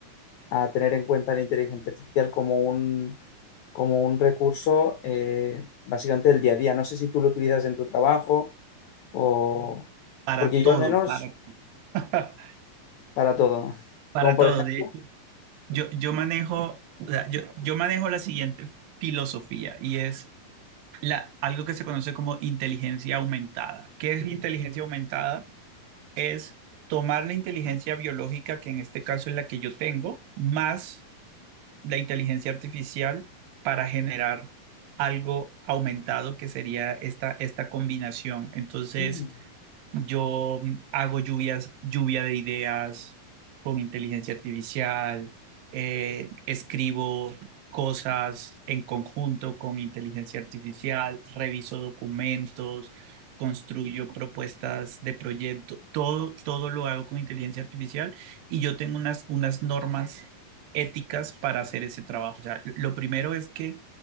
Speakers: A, on the left; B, on the right.
A: a tener en cuenta la inteligencia artificial como un, como un recurso eh, básicamente del día a día. No sé si tú lo utilizas en tu trabajo o...
B: Para
A: Porque
B: todo,
A: yo al menos
B: para, <laughs>
A: para todo.
B: para
A: Como por
B: todo.
A: ejemplo,
B: De hecho, Yo, yo manejo, o sea, yo, yo manejo la siguiente filosofía y es la, algo que se conoce como inteligencia aumentada. ¿Qué es la inteligencia aumentada? Es tomar la inteligencia biológica, que en este caso es la que yo tengo, más la inteligencia artificial para generar algo aumentado que sería esta, esta combinación. Entonces,
A: Mm,
B: yo mm, hago lluvias, lluvia de ideas con inteligencia artificial, eh, escribo cosas en conjunto con inteligencia artificial, reviso documentos, construyo propuestas de proyecto, todo, todo lo hago con inteligencia artificial y yo tengo unas, unas normas éticas para hacer ese trabajo. O sea, lo primero es que